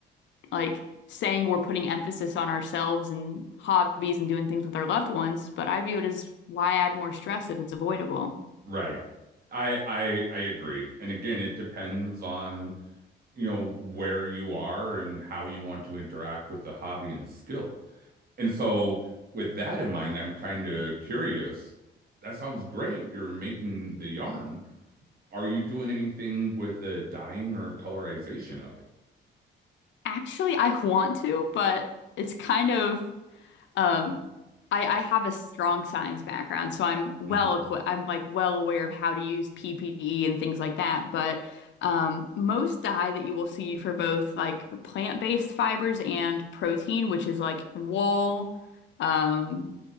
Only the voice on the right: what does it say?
Right. I I I agree. And again, it depends on, you know, where you are and how you want to interact with the hobby and skill. And so with that in mind, I'm kind of curious. That sounds great. You're making the yarn. Are you doing anything with the dyeing or colorization of it?
hmm